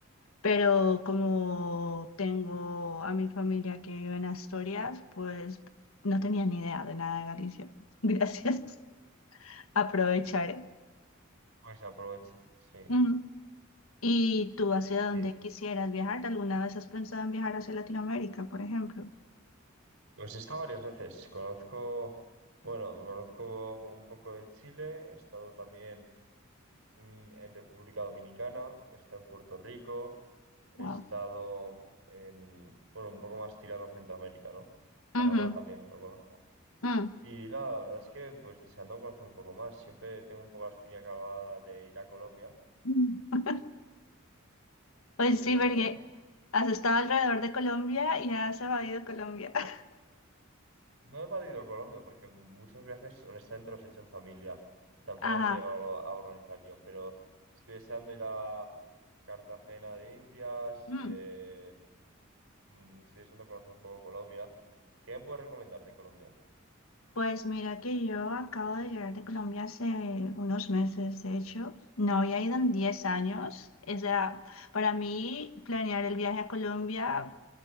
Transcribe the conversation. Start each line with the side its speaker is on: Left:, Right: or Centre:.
Left: pero como tengo a mi familia que vive en Asturias, pues no tenía ni idea de nada de Galicia. <laughs> Gracias, aprovecharé.
Right: pues aprovecha, sí.
Left: Ujú. ¿Y tú hacia dónde
Right: Sí.
Left: quisieras viajar? ¿Alguna vez has pensado en viajar hacia Latinoamérica, por ejemplo?
Right: Pues he estado varias veces. Conozco, bueno, conozco un poco de Chile, he estado también mm, en República Dominicana, he estado en Puerto Rico, he
Left: Wow.
Right: estado en, bueno, un poco más tirando a Centroamérica, ¿no? Panamá
Left: Ujú,
Right: también lo conozco.
Left: mm.
Right: Y nada, la verdad es que pues deseando conocer un poco más. Siempre tengo un poco la espina clavada de ir a Colombia,
Left: Mm. Pues
Right: pero
Left: sí, porque has estado alrededor de Colombia y has evadido Colombia. <laughs>
Right: No he evadido Colombia porque muchos viajes, honestamente, los he hecho en familia. Tampoco
Left: Ajá.
Right: os he llegado a organizar yo, pero estoy deseando ir a Cartagena de Indias,
Left: Mm.
Right: eh, mm, estoy deseando conocer un poco Colombia. ¿Qué me puedes recomendar de Colombia?
Left: Pues mira que yo acabo de llegar de Colombia hace unos meses, de hecho. No había ido en 10 años. O sea, para mí planear el viaje a Colombia